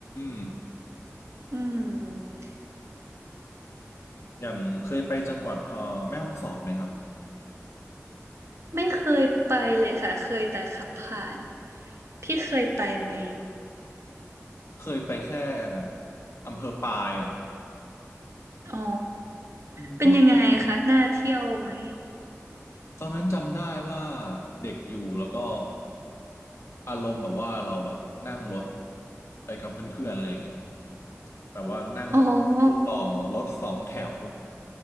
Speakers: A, on the left; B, on the right.
A: ม
B: อืม
A: อย่างเคยไปจังหวัดเอ่อแม่ฮ่องสอดไหมครับ
B: ไม่เคยไปเลยค่ะเคยแต่ขับผ่านพี่เคยไปไหม
A: เคยไปแค่อำเภอปายอ่ะ
B: อ๋อ
A: อืมก็
B: เป็นยังไงคะน่าเที่ยวไหม
A: ตอนนั้นจำได้ว่าเด็กอยู่แล้วก็อารมณ์แบบว่าเราแบบนั่งรถไปกับเพื่อนๆอะไรอย่างเงี้ย แบบว่านั่งรถตู้ต่อรถสองแถว
B: อ๋อ